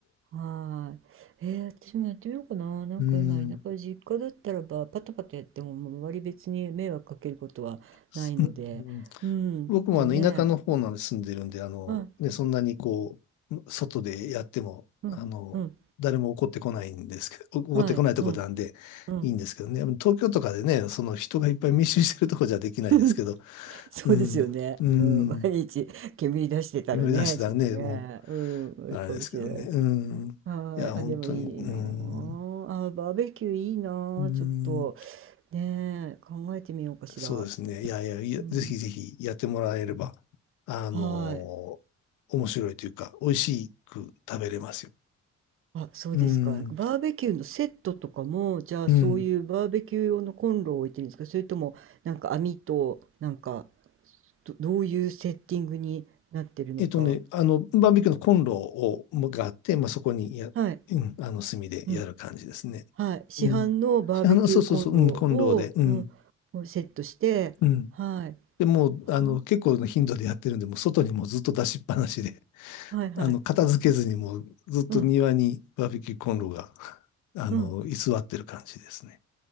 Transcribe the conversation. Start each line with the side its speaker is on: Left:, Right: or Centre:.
Right: はーい。えー、私もやってみようかな。なんか今、
Left: う、うん、
Right: 田舎、実家だったらば、パタパタやっても、もう周り別に迷惑かけることはないので、
Left: すうん
Right: うんとね、
Left: 僕もあの田舎の方なんで住んでるんで、あの、
Right: はい、
Left: ね、そんなにこう、外でやっても、
Right: うん、
Left: あの、
Right: うん、
Left: 誰も怒ってこないんですけど、
Right: はい、
Left: 怒ってこないとこなんでいいんですけどね。
Right: うん、うん。
Left: 東京とかでね、その人がいっぱい密集してるとこじゃできないですけど、
Right: <laughs> <laughs> そうですよね。
Left: うん、うん、
Right: うん、毎日煙出してたらね、
Left: 今出してたらね、
Right: ちょっとね、
Left: も
Right: うん、あれかもしれないけ
Left: う、あれですけどね、うん、いや、
Right: ど。はい。
Left: 本当に、
Right: あ、でもいいなあ。
Left: うん、
Right: あ、バーベキューいいなあ。
Left: うん、
Right: ちょっと、ねえ、考えてみようかしら。
Left: そうですね。いやいや、いやぜひぜひやってもらえれば、
Right: うん。
Left: あの、
Right: はい。
Left: 面白いというか、美味しく食べれますよ。
Right: あ、そうですか。
Left: うん、
Right: なんかバーベキューのセットとかも、じゃあそういうバーベキュー用のコンロを置いてるんですかそれとも、
Left: うん。
Right: なんか網と、なんか、ど、どういうセッティングになってるのか。
Left: えっとね、あの、バーベキューのコンロを、もがあって、まあ、そこにや、
Right: はい。
Left: うん、あの、炭でやる感じですね。
Right: うんはい、市販のバーベキューコンロを、
Left: うん。あの、そうそうそう、うん、コンロで、うん、
Right: うん、をセットして、
Left: うん。
Right: はい、
Left: でもう、
Right: は
Left: あの、結構の頻度でやってるんで、もう外にもうずっと出しっぱなしで、
Right: あ、
Left: <laughs>
Right: はいはい、
Left: あの、片付けずにもうずっと庭にバーベキューコンロが、
Right: うん、
Left: <laughs> あの、
Right: うん、
Left: 居座ってる感じですね。